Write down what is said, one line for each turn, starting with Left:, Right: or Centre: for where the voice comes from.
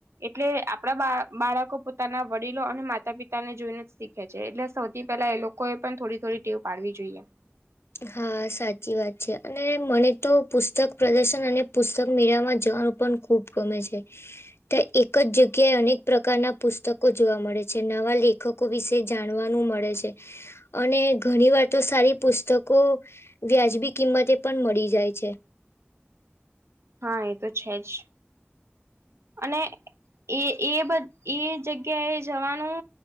Right: એટલે આપણા બાળક બાળકો પોતાના વડીલ લો અને માતા પિતા ને જોઈને જ શીખે છે એટલે સૌથી પહેલા એ લોકોએ પણ થોડી થોડી ટેવ પાડવી જોઈએ
Left: હા સાચી વાત છે અને મને તો પુસ્તક પ્રદર્શન અને પુસ્તક મેળા જવા પણ ખુબ ગમે છે તે એક જ જગ્યાએ અનેક પ્રકારના પુસ્તકો જોવા મળે છે નવા લેખકો વિશે જાણવાનું મળે છે. અને ઘણીવાર તો સારી પુસ્તક કો વ્યાજબી કિંમતે પણ મળી જાય છે
Right: હા એ તો છે જ અને એ એ એ જગ્યાએ જવાનું